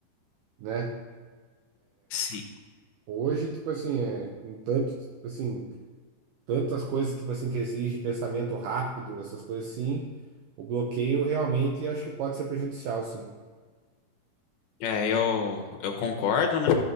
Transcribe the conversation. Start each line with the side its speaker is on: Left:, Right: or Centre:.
Right: né?
Left: Sim.
Right: Hoje, tipo assim, é, com tanto, tipo assim, tantas coisas, tipo assim, que exige pensamento rápido, essas coisas assim, o bloqueio realmente acho que pode ser prejudicial, sim.
Left: É, eu, eu concordo, né?